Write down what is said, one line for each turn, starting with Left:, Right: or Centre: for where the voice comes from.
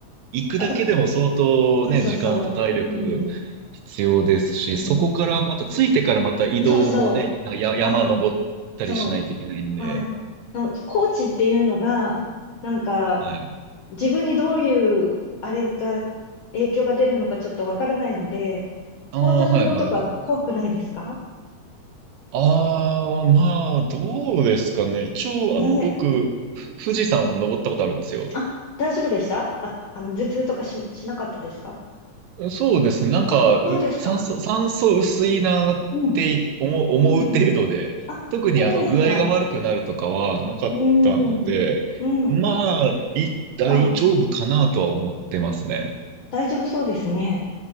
Right: 行くだけでも相当ね、
Left: あと、そうそうそう。
Right: 時間と体力必要ですし、
Left: うん。うん。
Right: そこからまた、着いてからまた移動もね、
Left: そうそ
Right: なんかや、山登ったりしないといけないんで、
Left: う。はい。そう。はい。そのコーチっていうのが、なんか、
Right: はい。
Left: 自分にどういう、あれが、影響が出るのかちょっとわからないので、
Right: ああ、
Left: 高山病とか怖くないですか
Right: はいはいはい。ああ、まあ、どうですかね。一応、
Left: ねえ。
Right: あの、僕、ふ富士山を登ったことあるんですよ。
Left: あ、大丈夫でしたあ、あの、頭痛とかし、しなかったですか
Right: そうですね。なんか、
Left: あ、
Right: う、
Left: そうですか。
Right: 酸素、酸素薄いなって思う、
Left: うん。
Right: 思う程度で、
Left: うんうん。あ、
Right: 特にあの具合が悪くなるとかはなかったので、
Left: そうですか。うん。うん。
Right: まあ、い、大丈夫かなとは思ってますね。
Left: ああ。大丈夫そうですね。